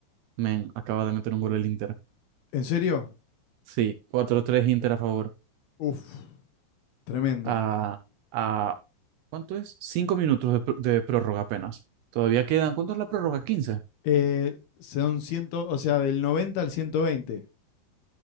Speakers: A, on the right (about 80°); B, on the left (about 70°).
A: men, acaba de meter un gol el Inter.
B: ¿En serio?
A: Sí, cuatro tres Inter a favor.
B: Uf, tremendo.
A: A, a, ¿cuánto es? Cinco minutos de, pr- de prórroga apenas. Todavía quedan, ¿cuánto es la prórroga? 15.
B: Eh, son 100, o sea, del 90 al 120.